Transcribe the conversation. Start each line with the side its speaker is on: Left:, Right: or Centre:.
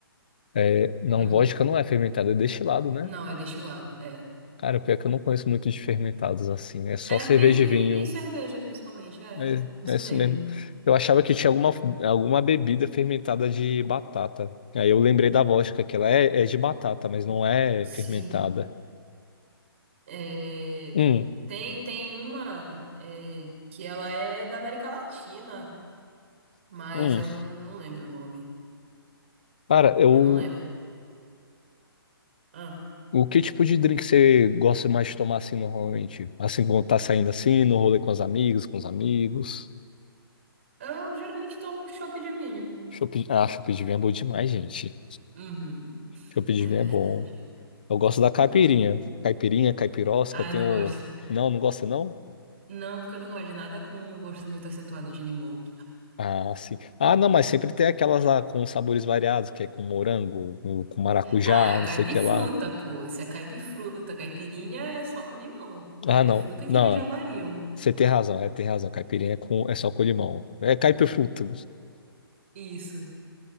Left: É, não,
Right: Hum.
Left: vodka não é fermentada, é destilado, né?
Right: Não, é destilado, é.
Left: Cara, pior que eu não conheço muito de fermentados assim. É só
Right: É
Left: cerveja
Right: vinho
Left: e
Right: e,
Left: vinho.
Right: e cerveja, principalmente, é.
Left: É,
Right: Isso
Left: é isso
Right: mesmo.
Left: mesmo. Eu achava que tinha alguma, alguma bebida fermentada de batata. Aí eu lembrei da vodka, que ela é, é de batata, mas não é
Right: Sim.
Left: fermentada.
Right: É,
Left: Hum,
Right: tem, tem uma é, que ela é da América Latina, mas
Left: hum.
Right: eu não, não lembro o nome.
Left: Cara, eu.
Right: Eu não lembro. Ah,
Left: O que tipo de drink você gosta mais de tomar assim normalmente? Assim, quando tá saindo assim, no rolê com as amigas, com os amigos?
Right: eu geralmente tomo um chopp de vinho.
Left: Chopp, ah, chopp de vinho é bom demais, gente.
Right: Uhum,
Left: Chopp de
Right: é
Left: vinho
Right: verdade.
Left: é bom. Eu gosto da caipirinha. Caipirinha, caipirosca,
Right: Ah,
Left: tem
Right: eu não
Left: o.
Right: gosto.
Left: Não, não gosta não?
Right: Não, porque eu não gosto de nada com um gosto muito acentuado de limão.
Left: Ah, sim. Ah, não, mas sempre tem aquelas lá com sabores variados, que é com morango, com com maracujá,
Right: Ah, é
Left: não
Right: caipifruta,
Left: sei o que lá.
Right: pô. Isso é caipifruta. Caipirinha é só com limão. Caipifruta
Left: Ah, não.
Right: é
Left: Não,
Right: que eles já variam.
Left: você tem razão, é, tem razão. Caipirinha é, com... é só com limão. É caipifruta.
Right: Isso.